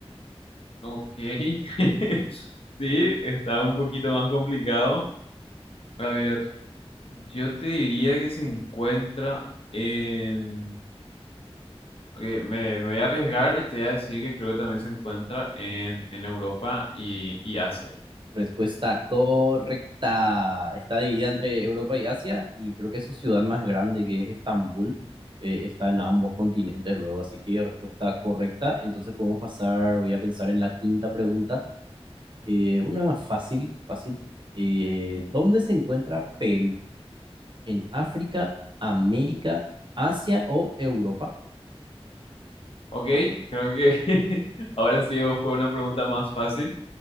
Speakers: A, on the left; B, on the right.
A: Ok. <laughs> Sí, está un poquito más complicado. A ver, yo te diría que se encuentra en... Ok, me, me voy a arriesgar y te voy a decir que creo que también se encuentra en, en Europa y, y Asia.
B: Respuesta correcta. Está dividida entre Europa y Asia y creo que su ciudad más grande, que es Estambul, eh, está en ambos continentes luego. Así que respuesta correcta. Entonces podemos pasar, voy a pensar en la quinta pregunta. Eh, una fácil, fácil. Eh, ¿dónde se encuentra Perú? ¿En África, América, Asia o Europa?
A: Ok, creo que <laughs> ahora sí fue una pregunta más fácil.